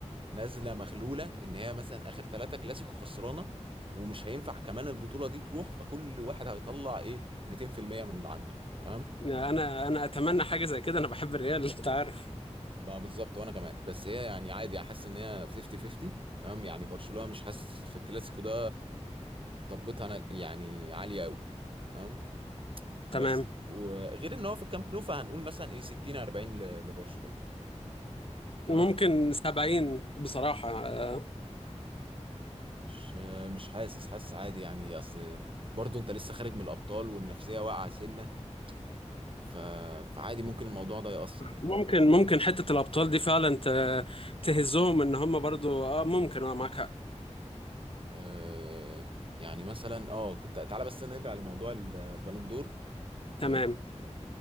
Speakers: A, on the right (about 45°); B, on the left (about 50°).
A: نازلة مغلولة ان هي مثلا اخر ثلاثة كلاسيكو خسرانة ومش هينفع كمان البطولة دي تروح فكل واحد هيطلع ايه 200% من اللي عنده تمام
B: آه، انا انا اتمنى حاجه زي كده انا بحب الريال <laughs> انت عارف
A: ما بالظبط وانا كمان بس هي يعني عادي احس ان هي 50 50 تمام يعني برشلونة مش حاسس في الكلاسيكو ده طبتها انا يعني عالية قوي تمام بس
B: تمام
A: وغير ان هو في الكامب نو فهنقول مثلا ايه 60 40 ل- لبرشلونة تمام
B: ممكن 70 بصراحه آه،
A: مش مش حاسس حاسس عادي يعني اصل برضو انت لسه خارج من الابطال والنفسية واقعة سنة ف... فعادي ممكن الموضوع ده يأثر يعني
B: ممكن ممكن حته الابطال دي فعلا ت- تهزهم ان هم برضو اه ممكن اه معاك حق
A: أه... يعني مثلا اه كنت تعالى بس نرجع لموضوع البالندور أه...
B: تمام
A: آه،